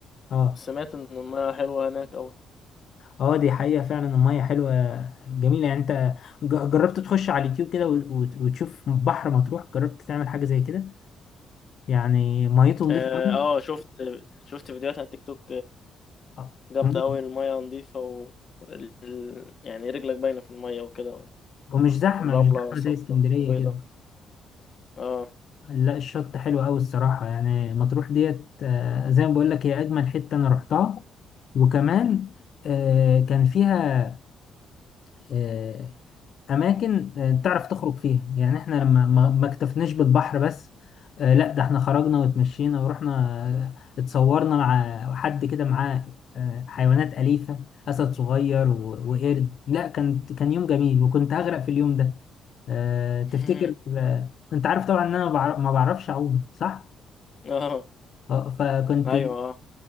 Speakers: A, on the left; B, on the left.
A: اه
B: سمعت إن المياه حلوة هناك أوي
A: اه دي حقيقة فعلا المية حلوة جميلة يعني انت ج- جربت تخش على اليوتيوب كده وت- وت- وتشوف بحر مطروح جربت تعمل حاجة زي كده يعني ميته نضيفة
B: آه
A: قوي
B: آه، شفت شفت فيديوهات على التيك توك
A: آه،
B: جامدة
A: مم.
B: أوي المياه نظيفة و ال- ال- يعني رجلك باينة في المياه وكده
A: ومش زحمة
B: والرملة
A: مش زحمة
B: صفرا
A: زي اسكندرية
B: وبيضة
A: كده
B: آه
A: لا الشط حلو قوي الصراحة يعني مطروح ديت آه، زي ما بقول لك هي أجمل حتة أنا رحتها وكمان آه، كان فيها آه، اماكن آه، تعرف تخرج فيها يعني احنا لما ما ما اكتفناش بالبحر بس آه، لا ده احنا خرجنا واتمشينا ورحنا آه، اتصورنا مع حد كده معاه آه، حيوانات أليفة أسد صغير و- وقرد لا كان كان يوم جميل وكنت هغرق في اليوم ده آه، تفتكر
B: <laughs>
A: آه، انت عارف طبعا ان انا بعر- ما بعرفش اعوم صح
B: آه
A: اه فكنت
B: أيوه آه.